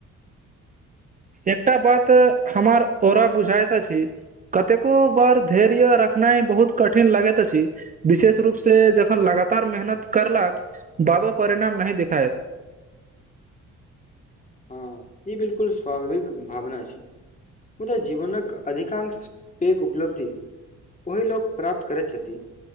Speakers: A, on the right (about 25°); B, on the left (about 25°).
A: एकटा बात हमर ओरा बुझायइत अछि कतेको बार धैर्य रखनाइ बहुत कठिन लगैत अछि विशेष रूप से जखन लगातार मेहनत करलक बादो परिणाम नहि देखायत
B: हँ ई बिलकुल स्वाभाविक भावना छै मुदाऽ जीवनक अधिकांश पैघ उपलब्धि ओही लोक प्राप्त करैत छथि